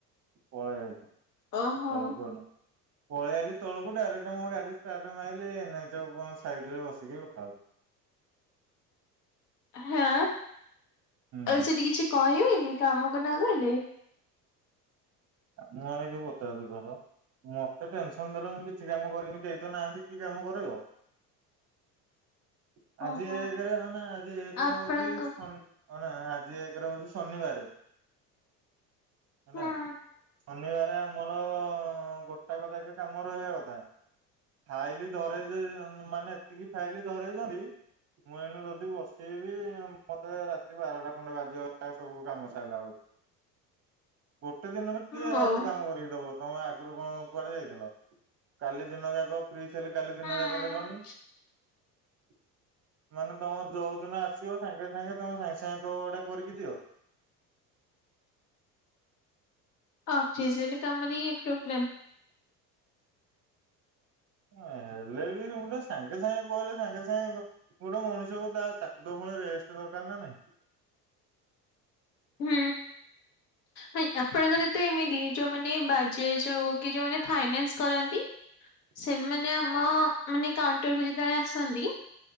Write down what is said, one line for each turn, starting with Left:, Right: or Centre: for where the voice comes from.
Right: ପଳେଇ ଆଇଲି।
Left: ଓହୋ
Right: ତଳକୁ ନା। ପଳେଇ ଆଇଲି ତଳକୁ ଡାଇରେକ୍ଟ ମୁଁ ଗାଡି ଷ୍ଟାର୍ଟ ମାରିଲି ଏଇନେ ଯଉ କଣ ସାଇଡରେ ବସିକି କଥା ହଉଛି।
Left: ହଁ
Right: ହୁଁ।
Left: ଆ ସେଠି କିଛି କହିବେନି କାମକୁ ନଗଲେ?
Right: ମୁଁ ହେରା କିଏ ପଚାରୁଛି କହ ତ? ମତେ ଟେନସନ ଦେଲେ ମୁଁ କିଛି କାମ କରିବିନି କେହି ତ ନାହାନ୍ତି କି କାମ କରେଇବ? <unintelligible> ଆଜି
Left: ଓହୋ।
Right: ଏକରେ ମାନେ ଆଜି ଏକରେ
Left: ଆପଣଙ୍କୁ
Right: ହଉଛି ସନ୍ ଅନା ଆଜି ଏକରେ ହଉଛି ଶନିବାରେ <inaudible> ହେଲା।
Left: ହୁଁ
Right: ଶନିବାର ଆମର ଗୋଟାକ ଯାକେ କାମ ରହିବା କଥା। ଫାଇଲି ଧରେଇ ମାନେ ଏତିକି ଫାଇଲି ଧରେଇଛନ୍ତି। ମୁଁ ଏନୁ ଯଦି ବସିବି ମୋତେ ରାତି ବାରଟା ଖଣ୍ଡେ ବାଜିବା ପ୍ରାୟ ସବୁ କାମ ସାରିଲା ବେଳକୁ। ଗୋଟେ ଦିନରେ କିଏ ଏରା
Left: ମୋ
Right: ଏତେ କାମ କରିକି ଦବ? ତମ ଆଗରୁ କଣ କୁଆଡେ ଯାଇଥିଲ? କାଲି ଦିନ ଯାକ। ଫ୍ରି ଥିଲେ କାଲି ଦିନ
Left: ହଁ
Right: ଯାକ ଦେଲନି। <inaudible> ମାନେ ତମର ଯୋଉଦିନ ଆସିବ ସାଙ୍ଗେ ସାଙ୍ଗେ ତମେ ସାଙ୍ଗେ ସାଙ୍ଗେ କହିବ ଏଇଟା କରିକି ଦିଅ।
Left: ଅଁ ଫିସିଆଲି କାମରେ ଇଏ ପ୍ରୋବ୍ଲେମ୍।
Right: ହେଲେ ବି ଗୋଟେ ସାଙ୍ଗେ ସାଙ୍ଗେ କହିଲେ ସାଙ୍ଗେ ସାଙ୍ଗେ। ଗୋଟେ ମଣିଷକୁ ତା ତାକୁ ତ ପୁଣି ରେଷ୍ଟ ଦରକାର ନା ନାଇଁ?
Left: ହୁଁ। ଭାଈ ଆପଣଙ୍କର ତ ଏମିତି ଯୋଉମାନେ ବାଜାଜ ହଉ କି ଯୋଉମାନେ ଫାଇନାନ୍ସ କରନ୍ତି
Right: <unintelligible>
Left: ସେମାନେ ଆମ ମାନେ କାଉଣ୍ଟରକୁ ଯେତେବେଳେ ଆସନ୍ତି।